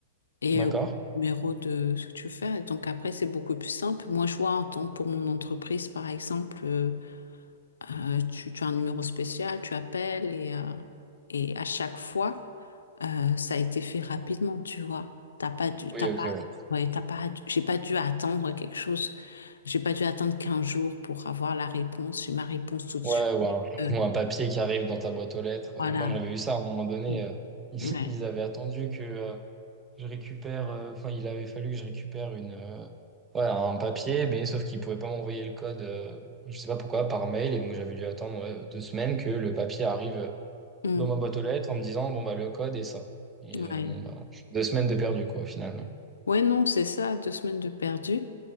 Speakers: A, on the left; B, on the right.
A: et
B: d'accord.
A: au numéro de ce que tu veux faire. Donc après, c'est beaucoup plus simple. Moi, je vois en tant pour mon entreprise, par exemple, euh, Euh, tu, tu as un numéro spécial, tu appelles et, euh, et à chaque fois, euh, ça a été fait rapidement, tu vois. T'as pas dû,
B: Oui,
A: t'as pas,
B: ok, ouais.
A: ouais, t'as pas, dû- j'ai pas dû attendre quelque chose. J'ai pas dû attendre 15 jours pour avoir la réponse. J'ai ma réponse tout de
B: Ouais,
A: suite.
B: ou un,
A: Euh,
B: ou un papier qui arrive dans ta boîte aux lettres. Euh,
A: voilà.
B: Moi, j'avais eu ça à un moment donné.
A: Mm,
B: euh, <laughs>
A: Ouais.
B: ils avaient attendu que euh, je récupère, euh, enfin, il avait fallu que je récupère une, euh, ouais, un papier, mais sauf qu'il pouvait pas m'envoyer le code, euh, je sais pas pourquoi, par mail, et donc j'avais dû attendre ouais, deux semaines que le papier arrive
A: Mm,
B: dans ma boîte aux lettres en me disant, bon, bah, le code est ça. Et
A: Ouais.
B: euh, bon, bah, deux semaines de perdu, quoi, finalement.
A: Ouais, non, c'est ça, deux semaines de perdu.